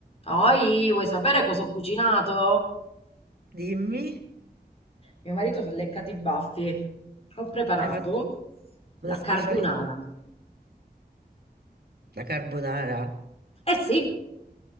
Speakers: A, on the left; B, on the right.
A: Poi, vuoi sapere cosa ho cucinato?
B: Dimmi,
A: Mio marito si è leccato i baffi. Ho preparato
B: hai fatto
A: la
B: una specialità,
A: carbonara.
B: la carbonara?
A: Eh sì,